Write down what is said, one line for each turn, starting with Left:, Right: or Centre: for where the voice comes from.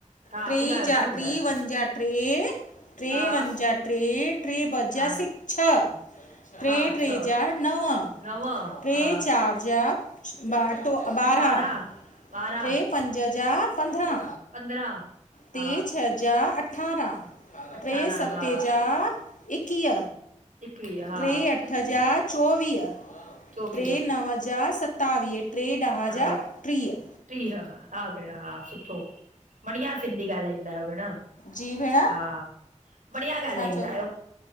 Right: हा
Left: ट्री
Right: ॿुधायो
Left: जा
Right: भेण ॿुधायो
Left: ट्री वन जा ट्रे ट्रे
Right: हा
Left: वन जा ट्रे ट्रे ॿ
Right: हा
Left: जा छ ट्रे
Right: हा
Left: ट्रे
Right: छह
Left: जा नव
Right: नव
Left: ट्रे
Right: हा
Left: चारि जा ॿार ॿारहं
Right: ॿारहां ॿारहां
Left: ट्रे पंज पंद्राह
Right: पंद्रहां
Left: ट्रे
Right: हा
Left: छ जा अठारह अठारहं
Right: अठारहां
Left: ट्रे सते
Right: हा
Left: जा एकीय
Right: एकवीह हा
Left: ट्रे अठ जा चोवीह,
Right: चोवीह
Left: ट्रे नव जा सतावीह टे ॾह
Right: सतावीह,
Left: जा टीह
Right: टीह, हा भेण हा सुठो। बढ़िया सिंधी ॻाल्हाईंदा आहियो भेण, हा।
Left: जी भेण
Right: बढ़िया
Left: छा
Right: ॻाल्हाईंदा
Left: चओ
Right: आहियो।